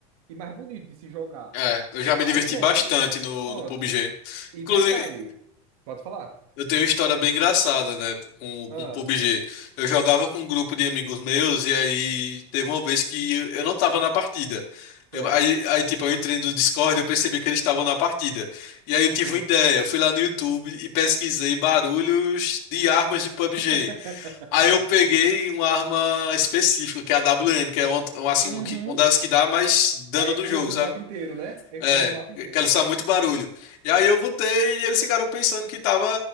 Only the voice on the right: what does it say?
e mais bonito de se jogar.
Aí
pronto.
Pronto.
E
detalhe, pode falar?
Ah,
certo.
Hum.
<laughs>
Uhum.
Aí
ecoa
no
mapa inteiro, né? Ecoa
no mapa
inteiro.